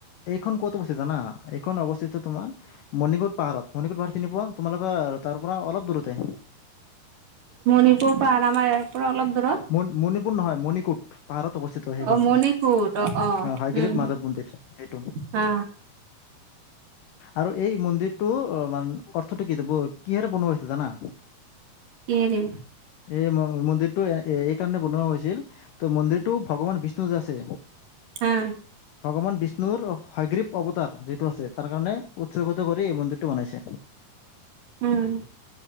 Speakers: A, on the left (about 70°); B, on the right (about 55°).
A: এইখন, ক'তো উপস্থিত ন এইখন অৱস্থিত। তোমাৰ, মণিকোট পাহাৰত মণিকূট পাহাৰত তি পুৱা তোমালোকৰ তাৰ পৰা অলপ দূৰতে।
B: মণিপুৰ পাহাৰ আমাৰ ইয়াৰ পৰা অলপ দূৰত।
A: মণ- মণিপুৰ নহয় মণিকোট। পাহাৰত অৱস্থিত সেইখন,
B: অ মণিপুৰ অ অ
A: হাইগৰিব
B: উম
A: মাধৱ
B: হম
A: মন্দিৰ সেইটো।
B: হা
A: আৰু এই মন্দিৰটো মান। অৰ্থটো কি কিহাৰে বনোৱাইছে জানা?
B: কিহে দি?
A: এই মন্দিৰটো এই কাৰণে বনোৱা হৈছিল ত মন্দিৰটো ভগৱান বিষ্- ষ্ণু আছে
B: হা
A: ভগৱান বিষ্ণু। নুৰ সগ্ৰীৱ অৱতাৰ যিটো আছে তাৰ কাৰণে উৎসৰ্গত কৰি এই মন্দিৰটো বনাইছে।
B: উম।